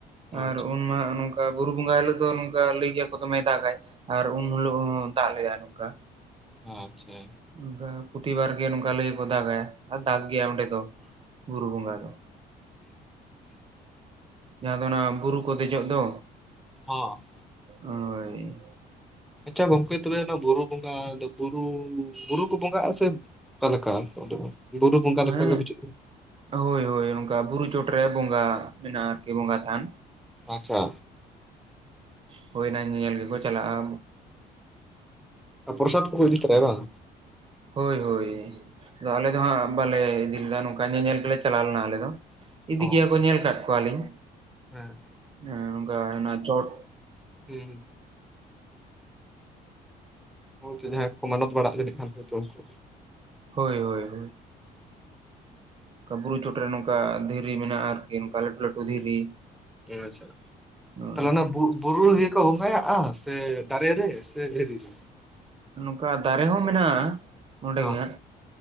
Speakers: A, on the right (about 30°); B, in the centre.
A: ᱟᱨ
B: ᱟᱪᱪᱷᱟ
A: ᱩᱱᱢᱟ ᱱᱚᱝᱠᱟ ᱵᱩᱨᱩ ᱵᱚᱸᱜᱟ ᱦᱤᱞᱳᱜ ᱫᱚ ᱱᱚᱝᱠᱟ ᱞᱟᱹᱭ ᱜᱮᱭᱟ ᱠᱚ ᱫᱚᱢᱮ ᱫᱟᱜᱟᱭ ᱟᱨ ᱩᱱ ᱦᱤᱞᱳᱜ ᱫᱟᱜ ᱞᱮᱼᱟᱭ ᱱᱚᱝᱠᱟ
B: ᱟᱪᱪᱷᱟ
A: ᱚᱱᱠᱟ ᱯᱨᱚᱛᱤᱵᱟᱨ ᱜᱮ ᱱᱚᱝᱠᱟ ᱞᱟᱹᱭ ᱠᱚ ᱫᱟᱜᱟᱭ ᱟᱨ ᱫᱟᱜᱽ ᱜᱮᱭᱟᱭ ᱚᱸᱰᱮ ᱫᱚ ᱵᱩᱨᱩ ᱵᱚᱸᱜᱟ ᱨᱮᱫᱚ ᱡᱟᱦᱟᱸ ᱫᱚ ᱚᱱᱟ ᱵᱩᱨᱩ ᱠᱚ ᱫᱮᱡᱚᱜ ᱫᱚ
B: ᱦᱳᱸ
A: ᱦᱳᱭ
B: ᱟᱪᱪᱷᱟ ᱜᱚᱝᱠᱮ ᱛᱚᱵᱮ ᱚᱱᱟ ᱵᱩᱨᱩ ᱵᱚᱸᱜᱟ ᱨᱮᱫᱚ ᱵᱩᱨᱩ ᱵᱩᱨᱩ ᱠᱚ ᱵᱚᱸᱜᱟᱼᱟ ᱥᱮ ᱚᱠᱟ ᱞᱮᱠᱟ ᱚᱸᱛᱮ ᱫᱚ ᱵᱩᱨᱩ ᱵᱚᱸᱜᱟ
A: ᱦᱮᱸ
B: ᱞᱮᱠᱟ ᱜᱮ ᱵᱩᱡᱷᱟ. ᱠᱟᱱᱟ
A: ᱦᱳᱭ ᱦᱳᱭ ᱱᱚᱝᱠᱟ ᱵᱩᱨᱩ ᱪᱚᱴ ᱨᱮ ᱵᱚᱸᱜᱟ ᱢᱮᱱᱟᱜᱼᱟ ᱟᱨᱠᱤ ᱵᱚᱸᱜᱟ ᱛᱷᱟᱱ
B: ᱟᱪᱪᱷᱟ
A: ᱦ ᱚᱱᱟ ᱧᱮᱧᱮᱞ ᱜᱮᱠᱚ ᱪᱟᱞᱟᱜᱼᱟ
B: ᱯᱨᱚᱥᱟᱫᱽ ᱠᱚᱠᱚ ᱤᱫᱤ
A: ᱟᱨᱠᱤ
B: ᱛᱟᱨᱟᱭᱟ ᱵᱟᱝ
A: ᱦᱳᱭ ᱦᱳᱭ ᱟᱫᱚ ᱟᱞᱮ ᱫᱚ ᱦᱟᱸᱜ ᱵᱟᱞᱮ ᱤᱫᱤ ᱞᱮᱫᱟ ᱱᱚᱝᱠᱟ ᱵᱚᱠᱟ ᱧᱮᱧᱮᱞ ᱜᱮᱞᱮ ᱪᱟᱞᱟᱣ ᱞᱮᱱᱟ ᱟᱞᱮ ᱫᱚ ᱤᱫᱤ
B: ᱚ
A: ᱜᱮᱭᱟ ᱠᱚ ᱧᱮᱞ ᱟᱠᱟᱫ ᱠᱚᱣᱟᱞᱤᱧ
B: ᱦᱮᱸ
A: ᱱᱚᱝᱠᱟ ᱪᱚᱴ
B: ᱦᱮᱸ ᱦᱳᱭᱛᱳ ᱡᱟᱦᱟᱸᱭ ᱠᱚᱠᱚ ᱢᱟᱱᱚᱛ ᱵᱟᱲᱟᱜ ᱠᱷᱟᱱ ᱩᱱᱠᱩ
A: ᱦᱳᱭ ᱦᱳᱭ ᱦᱳᱭ ᱠᱟ ᱵᱩᱨᱩ ᱪᱚᱴᱨᱮ ᱱᱚᱝᱠᱟ ᱫᱷᱤᱨᱤ ᱢᱮᱱᱟᱜᱼᱟ ᱟᱨᱠᱤ ᱱᱚᱝᱠᱟ ᱞᱟᱹᱴᱩ ᱞᱟᱹᱴᱩ ᱫᱷᱤᱨᱤ
B: ᱟᱪᱪᱷᱟ
A: ᱦᱳᱭ
B: ᱛᱟᱦᱚᱞᱮ ᱚᱱᱟ ᱵᱩ ᱵᱩᱨᱩ ᱨᱮ ᱵᱚᱸᱜᱟ ᱭᱟᱜᱼᱟ ᱥᱮ ᱫᱟᱨᱮ ᱨᱮ ᱥᱮ ᱫᱷᱤᱨᱤ ᱨᱮ
A: ᱱᱚᱝᱠᱟ ᱫᱟᱨᱮ ᱦᱚᱸ ᱢᱮᱱᱟᱜᱼᱟ ᱱᱚᱸᱰᱮ
B: ᱦᱚᱸ
A: ᱜᱮ ᱦᱟ